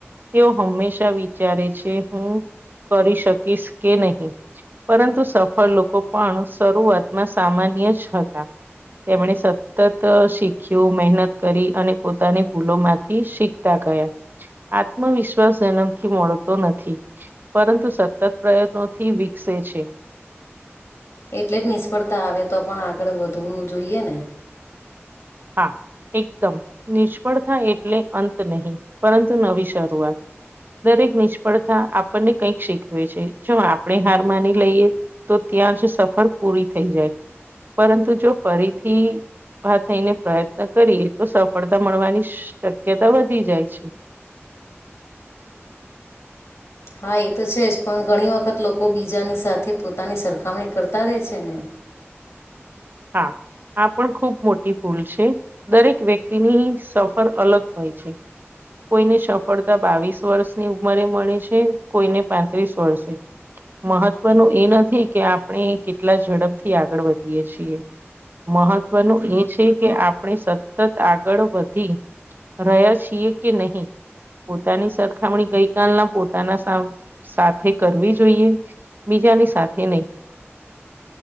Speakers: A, on the right; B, on the left.
A: તેઓ હંમેશા વિચારે છે, હું કરી શકીશ કે નહીં. પરંતુ સફળ લોકો પણ શરૂઆતમાં સામાન્ય જ હતા. તેમણે સતત શીખ્યું મહેનત કરી અને પોતાની ભૂલો માંથી શીખ ગયા આત્મવિશ્વાસ જન્મ થી મળતો નથી. પરંતુ સતત પ્રયત્નોથી વિકસે છે.
B: એટલે જ નિષ્ફળતા આવે તો પણ આગળ વધવું જોઈએ ને?
A: હા એકદમ. નિષ્ફળ થાય એટલે અંત નહીં પરંતુ નવી શરૂઆત. દરેક નિષ્ફળતા આપણને કઈક શીખવે છે, જો આપણે હાર માની લઈએ તો ત્યાં જ સફર પૂરી થઈ જાય. પરંતુ જો ફરીથી, ઉભા થઈને પ્રયત્ન કરીએ તો સફળતા મળવાની શક્યતા વધી જાય છે.
B: હા એ તો છે જ પણ ઘણી વખત લોકો બીજાની સાથે પોતાની સરખામણી કરતા રહે છે ને.
A: હા આ પણ ખુબ મોટી ભૂલ છે. દરેક વ્યક્તિની સફર અલગ હોય છે. કોઈને સફળતા બાવીસ વર્ષની ઉંમરે મળે છે, કોઈને પાંત્રીસ વર્ષે ની મહત્વનું એ નથી કે આપણે કેટલા ઝડપ થી આગળ વધીએ છીએ. મહત્વનું એ છે કે આપણે સતત આગળ વધી રહ્યા કે નહીં, પોતાની સરખામણી ગઈ કલના પોતાના સા સાથે કરવી જોઈએ. બીજાની સાથે નહી.